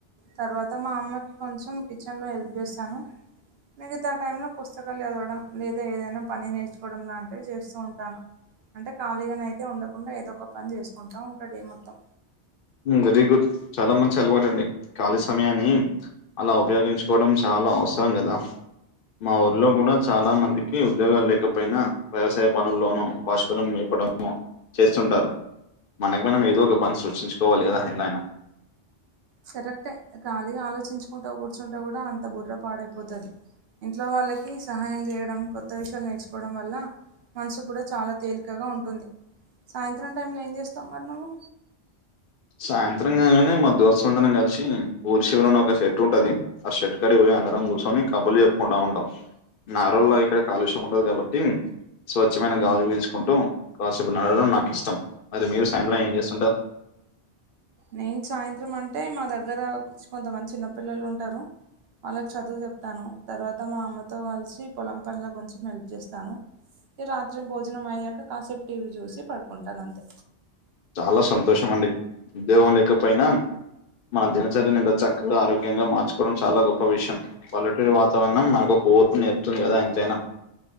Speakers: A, on the right; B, on the left.
A: తర్వాత మా అమ్మకి కొంచెం కిచెన్ లో హెల్ప్ చేస్తాను మిగతా టైంలో పుస్తకాలు ఎదవడం లేదా ఏదైనా పని నేర్చుకోవడం లాంటివి చేస్తూ ఉంటాను అంటే ఖాళీగాన అయితే ఉండకుండా ఏదో ఒక పని చేసుకుంటా ఉంటాడు మొత్తం
B: వెరీ గుడ్ చాలా మంచి అలవాటు అండి ఖాళీ సమయాన్ని అలా ఉపయోగించుకోవడం చ చాలా అవసరం కదా మా ఊర్లో కూడా చాలా మందికి ఉద్యోగాలు లేకపోయినా వ్యవసాయ పనుల్లోనూ పశువులు మేట్ చేస్తుంటారు మనకు మనం ఏదో ఒక పని సృష్టించు కోవాలి కదా ఎలా అయినా
A: కరెక్టే ఖాళగా ఆలోచించుకుంటా కూర్చుంటా కూడా అంత బుర్ర పాడైపోతుది ఇంట్లో వాళ్ళకి సహాయం చేయడం కొత్త విషయాలు నేర్చుకోవడం వల్ల మనసు కూడా చాలా తేలికగా ఉంటుంది సాయంత్రం టైంలో ఏం చేస్తావు మరి నువ్వు
B: సాయంత్రం కాగానే మా దోస్తుల అందరం కలిసి ఊరి చివరిలోని ఒక షర్ట్ ఉంటది ఆ షర్ట్ కడి పోయి అందరం కూర్చొని కబ్బలు చెప్పుకుంటా ఉంటాం నారల్ లో ఇక్కడ కాలుష్యం ఉండదు కాబట్టి స్వచ్ఛమైన గాలి వీల్చుకుంటూ కాసేపు నడవడం నాకు ఇష్టం అదతే మీరు సాయంత్రం ఏం చేస్తుంటారు
A: నేను సాయంత్రం అంటే మా దగ్గర కొంతమంది చిన్నపిల్లలు ఉంటారు వాళ్ళకు చదువు చెప్తాను తర్వాత మా అమ్మతో కలిసి పొలం పనుల కొంచెం హెల్ప్ చేస్తాను ఈ రాత్రి భోజనం అయ్యాక కాసేపు టీవీ చూసి పడుకుంటాను అంతే
B: చాలా సంతోషం అండి ఉదేహం లేకపోయినా మన దినచర్యను ఇంకా చక్కగా ఆరోగ్యంగా మార్చుకోవడం చాలా గొప్ప విషయం పల్లెటూరి వాతావరణం మనకు ఓర్పు నేర్పుతుంది కదా ఎంతైనా